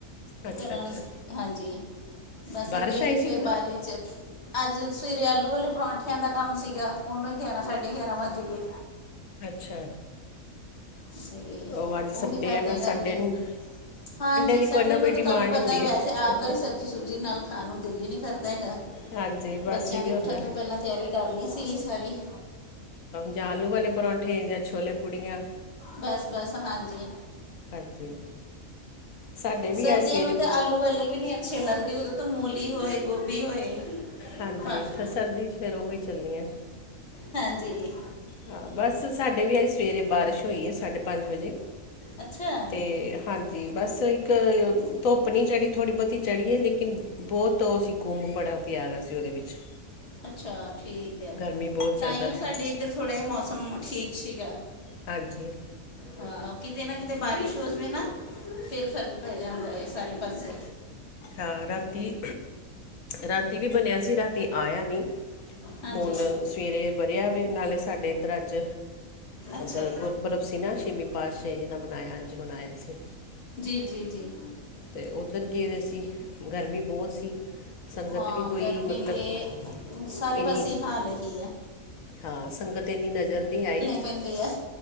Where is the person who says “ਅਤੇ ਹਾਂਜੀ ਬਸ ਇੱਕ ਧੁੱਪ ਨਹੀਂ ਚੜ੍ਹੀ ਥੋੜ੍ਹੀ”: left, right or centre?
Left